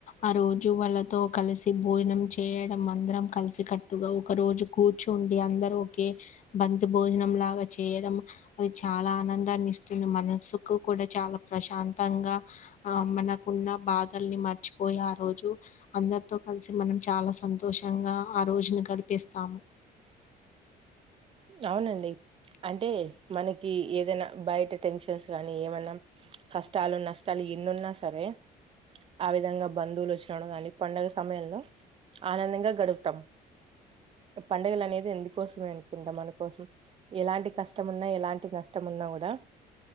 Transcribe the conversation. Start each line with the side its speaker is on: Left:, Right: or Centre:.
Left: ఆ రోజు వాళ్లతో కలిసి భోం నం చేయడం అందరం కలిసి కట్టుగా ఒక రోజు కూర్చుండి అందరు ఒకే బంతి భోజనం లాగా చేయడం అది చాలా ఆనందాన్ని ఇస్తుంది మనస్సుకు కూడా చాలా ప్రశాంత తంగా ఆ మనకున్న బాధల్ని మర్చిపోయి ఆ రోజు అందరితో కలిసి మనం చాలా సంతోషంగా ఆ రోజును గడిపేస్తాము
Right: అవునండి అంటే మనకి ఏదైనా బయట టెన్షన్స్ కానీ ఏమన్న కష్టాలు నష్టాలు ఎన్నున్నా సరే ఆ విధంగా బంధువులు వచ్చిన కానీ పండుగ సమయంలో ఆనందంగా గడుపుతాం పండగలు అనేది ఇందుకోసమే కుండా మనకోసం ఎలాంటి కష్టం ఉన్నా ఎలాంటి నష్టం ఉన్నా కూడా